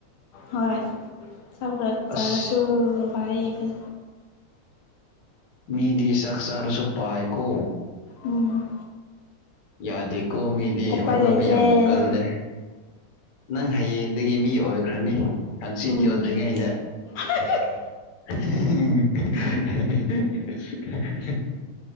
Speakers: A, on the left (about 80°); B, on the left (about 60°).
A: ꯍꯣꯏ ꯆꯥꯛ
B: ꯑꯁ
A: ꯆꯔꯁꯨ ꯄꯥꯌꯦ ꯑꯩꯈꯣꯢ
B: ꯃꯤꯗꯤ ꯆꯥꯛ ꯆꯥꯔꯁꯨ ꯄꯥꯥꯏꯀꯣ
A: ꯎꯝ
B: ꯌꯥꯗꯦꯀꯣ ꯃꯤꯗꯤ
A: ꯎꯄꯥꯏ
B: ꯍꯣꯠꯅꯕ
A: ꯂꯩꯇ꯭ꯔꯦ
B: ꯌꯥꯝ ꯀꯜꯂꯦ ꯅꯪ ꯍꯌꯦꯡꯗꯒꯤ ꯃꯤ ꯑꯣꯏꯈ꯭ꯔꯅꯤ ꯍꯪꯆꯤꯠ
A: ꯎꯝ
B: ꯌꯧꯗ꯭ꯔꯤꯉꯩꯗ
A: <unintelligible>
B: <unintelligible>